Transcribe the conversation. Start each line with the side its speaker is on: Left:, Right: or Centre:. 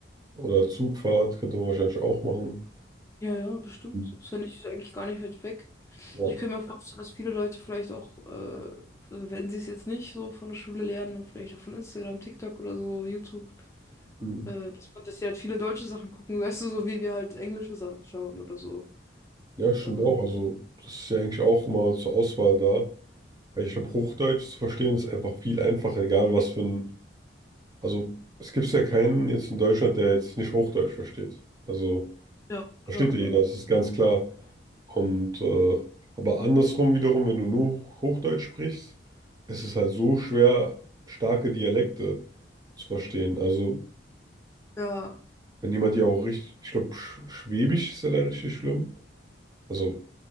Right: oder Zugfahrt könnte man wahrscheinlich auch machen.
Left: Ja, ja, bestimmt.
Right: Mhm.
Left: Ist ja nicht, ist ja eigentlich gar nicht weit weg.
Right: Ja.
Left: Also ich könnte mir vorstellen, dass viele Leute vielleicht auch, äh, wenn sie es jetzt nicht so von der Schule lernen, dann vielleicht auch von Instagram, TikTok oder so, YouTube,
Right: Mhm.
Left: äh, dass, man- dass sie halt viele deutsche Sachen gucken, weißt du, so wie wir halt englische Sachen schauen oder so.
Right: Ja, stimmt
Left: Also,
Right: auch. Also, das ist ja eigentlich auch immer zur Auswahl da. Weil ich glaube, Hochdeutsch zu verstehen ist einfach viel einfacher, egal was für ein. Also, es gibt ja keinen jetzt in Deutschland, der jetzt nicht Hochdeutsch versteht. Also,
Left: ja,
Right: versteht
Left: klar,
Right: ja jeder,
Left: ja.
Right: das ist ganz klar. Und, äh, aber andersrum wiederum, wenn du nur Hochdeutsch sprichst, ist es halt so schwer, starke Dialekte zu verstehen. Also,
Left: Ja,
Right: wenn jemand ja auch richtig. Ich glaube, Schwäbisch ist ja da richtig schlimm. Also,